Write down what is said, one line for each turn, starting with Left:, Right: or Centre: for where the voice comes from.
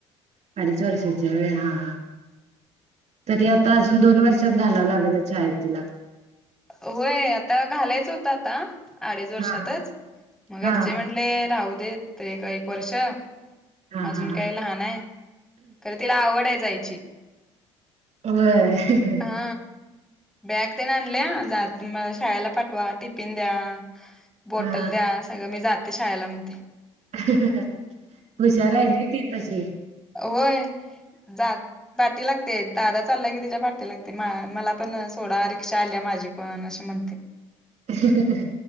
Right: अडीच वर्षाची आहे व्हय हा हा. तरी आता अजून दोन वर्षात घालावं लागेल शाळेत तिला.
Centre: व्हयं आता घालायचं होतं आता अडीच वर्षातच
Right: हा
Centre: घरचे
Right: हा
Centre: म्हणले. ले राहू देत ते एक वर्ष
Right: हा
Centre: अजून
Right: हा हा
Centre: काय लहान आहे. तिला आवड आहे जायची.
Right: व्हय.
Centre: हा बॅग तेन आणल्या जात शाळेला पाठवा टिफिन द्या. बॉटल
Right: हा
Centre: द्या सगळं मी जाते शाळेला म्हणते.
Right: ह... हुशार आहेना ती तशी.
Centre: व्हयं जात. पाटी लागते दादा चालला की त्याच्या पाटी लागते मला पण सोडा रिक्षा आल्या माझी. पण अशी म्हणते.
Right: ह....